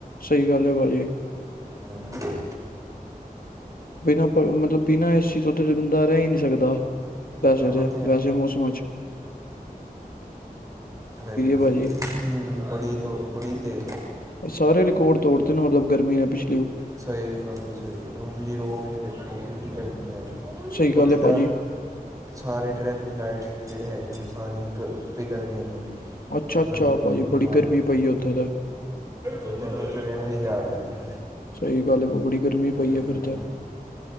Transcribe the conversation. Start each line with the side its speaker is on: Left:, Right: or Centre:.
Left: ਸਈ ਗੱਲ ਏ ਪਾਜੀ।
Right: ਹਾਂ
Left: ਬਿਨਾਂ ਪ ਮਤਲਬ ਬਿਨਾਂ ਏ ਸੀ ਤੋ ਤੇ ਬੰਦਾ ਰੇਹ ਈ ਨ ਨੀ ਸਕਦਾ, ਵੈਸੇ
Right: ਹਾਂ ਉਹ
Left: ਤੇ, ਵੈਸੇ ਈ ਮੌਸਮ ਅੱਜ
Right: ਹੈਗਾ,
Left: ਭਾਜੀ
Right: ਹੂੰ, ਬੜੀ ਤੋਂ ਬੜੀ ਤੇਜ਼ ਤੁੱਪ
Left: ਸਾਰੇ ਰਿਕੋਰਡ ਤੋੜਤੇ ਨੇ, ਮਤਲਬ ਗਰਮੀ ਨੇ ਪਿੱਸ਼
Right: ਸਈ ਗੱਲ ਏ, ਸਈ ਗੱਲ ਏ, ਹੁਣ ਯਿਰੋਪ ਇੱਚ ਦੇਖੋ, ਕਿੰਨੀ ਗਰਮੀ ਪੈ ਰਈ।
Left: ਸਹੀ ਗੱਲ
Right: ਔਥੇ
Left: ਹੈ
Right: ਤਾਂ
Left: ਭਾਜੀ
Right: ਸਾਰੇ ਟ੍ਰੈਫਿਕ ਲਾਈਟਸ ਜੇਹੜੇ ਹੈਗੇ ਨੇ, ਉਹ ਸਾਰੇ ਈ ਗ ਪਿਗਲ ਗਏ ਨੇ।
Left: ਅੱਛਾ ਅੱਛਾ
Right: ਬੰਦੇ ਵੱਲੋਂ,
Left: ਭਾਜੀ ਬੜੀ
Right: ਹਾਂ।
Left: ਗਰਮੀ ਪਈ ਹੈ ਉੱਥੇ ਤਾਂ
Right: ਬੰਦੇ ਕੋਲ ਤੁਰਿਆ ਵੀ ਨਈ ਜਾ ਰੇਆ ਉੱਥੇ,
Left: ਸਹੀ ਗੱਲ ਹੈ ਬੜੀ ਗਰਮੀ ਪਈ
Right: ਹੂੰ।
Left: ਹੈ ਫਿਰ ਤੇ